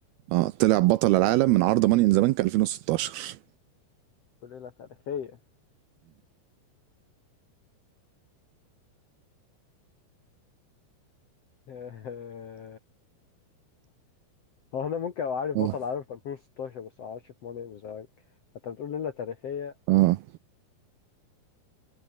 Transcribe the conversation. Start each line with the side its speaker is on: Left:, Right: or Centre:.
Right: اه طلع بطل العالم
Left: لا
Right: من عرض ماني ان ذا بانك 2016
Left: في ليله تاريخيه <laughs> هو انا ممكن ابقى عارف
Right: اه
Left: بطل العالم في 2016 بس ما اعرفش في ماني ان ذا بانك فانت بتقول ليله تاريخيه
Right: اه